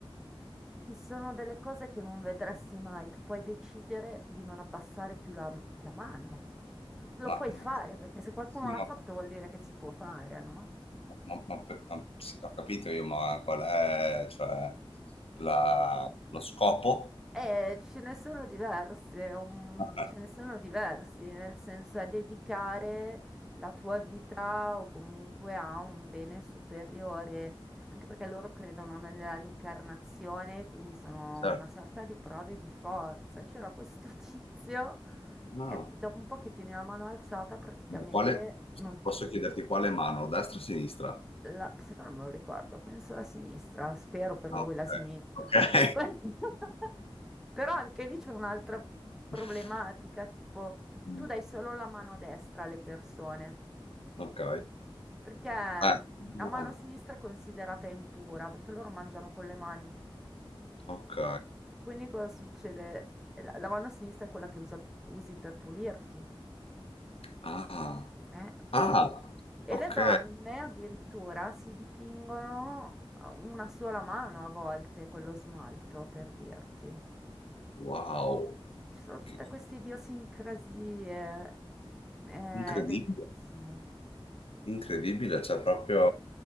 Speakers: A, in the centre; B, on the left.
A: ci sono delle cose che non vedresti mai, tu puoi decidere di non abbassare più la, la mano, lo
B: Ma,
A: puoi
B: E-
A: fare, perché se qualcuno
B: sì,
A: l'ha
B: ma-
A: fatto vuol dire che si può fare, no?
B: ma- ma- ma- sì, ho capito io, ma qual è, cioè, la- lo scopo?
A: Eh, ce ne sono diverse, um,
B: <laughs> Ah,
A: ce ne sono diversi, nel senso è dedicare la tua vita o comunque a un bene superiore, anche perché loro credono nella rincarnazione, quindi sono
B: certo.
A: una sorta di prove di forza. E C'era questo <laughs> tizio,
B: No.
A: e dopo un po' che tieni la mano alzata, praticamente
B: Ma quale-
A: non
B: posso
A: ti
B: chiederti quale mano, destra o sinistra?
A: la, sai che non me lo ricordo, penso la sinistra, spero per
B: Ah,
A: lui la sinistra.
B: ok. Ok.
A: <laughs> Però anche lì c'è un'altra problematica,
B: <laughs>
A: tipo
B: Mm,
A: tu dai solo la mano destra alle persone,
B: Ok.
A: perché
B: Ah,
A: mh, la mano
B: ah,
A: sinistra è considerata impura, perché loro mangiano con le mani.
B: ok.
A: Quindi cosa succede? La, la mano sinistra è quella che usa- usi per pulirti,
B: Ah,
A: eh?
B: ah,
A: E
B: ok.
A: le donne addirittura si dipingono eh, una sola mano a volte con lo smalto, per dirti.
B: Wow.
A: Ci sono tutte
B: Che-
A: queste idiosincrasie, eh,
B: Incredibile.
A: è bellissimo.
B: Incredibile, c'è proprio